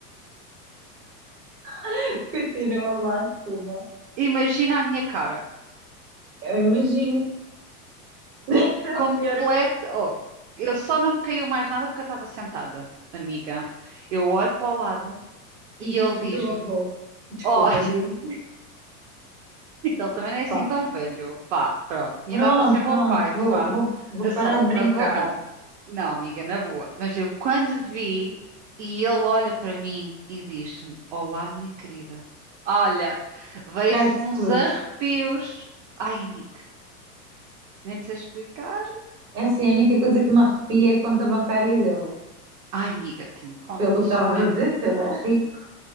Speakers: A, on the right (about 70°); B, on the right (about 50°).
A: <laughs> Continua lá, desculpa.
B: Imagina a minha cara.
A: Eu imagino. <laughs> É
B: Completa.
A: o pior. é que-
B: Oh, eu só não me caiu mais nada porque eu estava sentada, amiga. Eu olho para o lado
A: E
B: e
A: viste
B: ele diz-me:
A: o teu avô. Desculpa,
B: Oh,
A: digo.
B: <laughs> ele também não é assim
A: Pá,
B: tão velho. Pá, pronto. Tinha
A: Pronto,
B: dado para ser meu
A: pronto.
B: pai.
A: Vou,
B: Pá.
A: vou, vou
B: É
A: parar
B: Só,
A: de brincar.
B: avô não. Não, amiga, na boa. Mas eu quando vi e ele olha para mim e diz-me: Olá, minha querida. Olha, veio-se-me
A: Cai-te
B: uns
A: tudo.
B: arrepios. Ai, amiga, nem te sei explicar.
A: É assim, a única coisa que me arrepia é a conta bancária dele.
B: Ai, amiga, te me contes,
A: Pelo que estavas
B: né?
A: a dizer, se ele é rico.